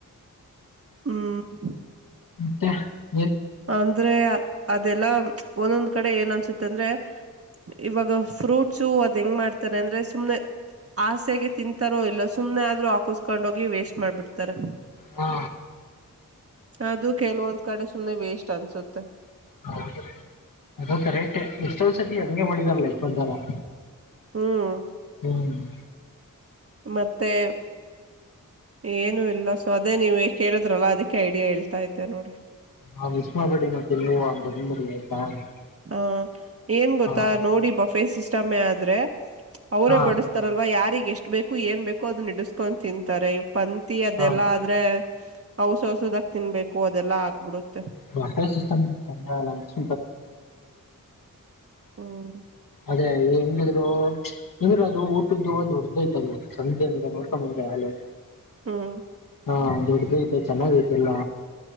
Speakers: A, on the right; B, on the left.
A: ಹ್ಮ್... !
B: ಹ.. !
A: ಅಂದ್ರೆ ಅದೆಲ್ಲ ಒಂದೊಂದು. ಕಡೆ ಏನ್ ಅನ್ಸುತ್ತೆ ಅಂದ್ರೆ.. ! ಇವಾಗ ಫ್ರೂಟ್. ಹಚ್ಚು ಅದ್ ಹೆಂಗ್ ಮಾಡ್ತಾರೆ ಅಂದ್ರೆ ಸುಮ್ನೆ ಆಸೆಗೆ ತಿಂತಾರೋ ಇಲ್ಲ ಸುಮನೆ ಆದ್ರರು. ಕುೂಸ್ಕೊಂಡೋಗಿ ವೇಸ್ಟ್ ಮಾಡ್ಬಿಡ್ತಾರೆ.
B: ಹಾ
A: ಅದು ಕೆಲವೊಂದ್ ಕಡೆ. ಸುಮ್ನೆ ವೆಸ್ಟ್ ಅನ್ಸುತ್ತೆ.
B: ಹೌ ಅದು ಕರೆಕ್ಟ್ ಎಷ್ಟ ಸತಿ ಹಂಗೆ ಮಾಡಿದಾರಲ್ಲ ಇಫ ಒಂದ್ಸಲ.
A: ಹ್ಮ್.. !
B: ಹ್ಮ್.. !
A: ಮತ್ತೆ... ! ಏನು? ಇಲ್ಲ ಸೊ! ಅದೇ ನೀವ ಕೇಳಿದ್ರಲ್ಲಾ ಅದಕ್ಕೆ ಐಡಿಯಾ ಹೇಳ್ತಾ ಇದ್ದೆ ನೋಡಿ.
B: <unintelligible>
A: ಹ ಏನ್ ಗೊತ್ತಾ
B: ಹಾ
A: ನೋಡಿ ಬಫೆ ಸಿಸ. ಇಷ್ಟಮ್ಮೆ ಆದ್ರೆ. ಅವರೇ
B: ಹಾ
A: ಬಡುಸ್ತಾರಲ್ವಾ ಯಾರಿಗೆ ಎಷ್ಟು ಬೇಕ ಕು ಏನ್ ಬೇಕೋ ಅದುನ್ ನಿಡುಸ್ಕೊಂಡ್ ತಿಂತಾರೆ ಇವ್ ಪಂದ್ ಅದೆಲ್ಲ
B: ಹಾ
A: ಆದ್ರೆ ಹಔಸ ಔಸದಾಗ ತಿನ್ಬೇಕು ಅದೆಲ್ಲಾ ಆಗ್ಬಿಡುತ್ತೆ
B: ಬ ಸ
A: ಹ್ಮ್
B: ಅದೇ ಹೆಂಗಿದ್ರು ಎಂದ್ರರು ಅದು ಊ ದುದು ಆ ದೊಡ್ಡ್ ದೈತದು ಸಂಜೆ ನಿ ನೋಡ್ಕೊಂಬಂದೆ ಅೆ
A: ಹ್ಮ್
B: ಹಾ ದೊಡ್ಡ ೈತೆ ಚೆನ್ನಾಗಐತೆಲ್ಲ